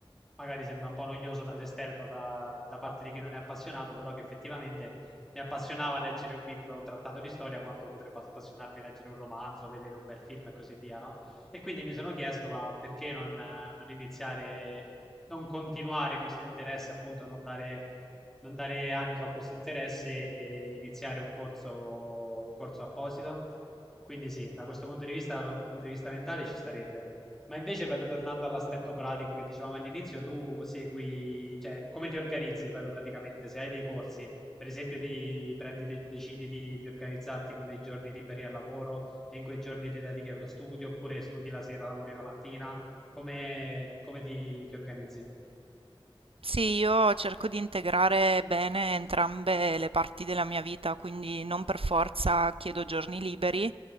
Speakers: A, in the centre; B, on the right.
A: magari sembra un po' noioso dall'esterno da, da parte di chi non è appassionato, però che effettivamente mi appassionava leggere un libro, un trattato di storia, quanto potrebbe appassionarmi leggere un romanzo, vedere un bel film e così via, no? E quindi mi sono chiesto, ma perché non, eh, non iniziare, non continuare questo interesse, appunto, non dare, non dare adito a questo interesse e iniziare un corso, un corso apposito? Quindi sì, da questo punto di vista, dal punto di vista mentale ci starebbe. Ma invece, proprio tornando all'aspetto pratico che dicevamo all'inizio, tu segui, cioè, come ti organizzi proprio praticamente? Se hai dei corsi, per esempio, ti prendi, de- decidi di, di organizzarti con dei giorni liberi al lavoro e in quei giorni ti dedichi allo studio, oppure studi la sera, lavori la mattina, come, come ti, ti organizzi?
B: Sì, io cerco di integrare bene entrambe le parti della mia vita, quindi non per forza chiedo giorni liberi,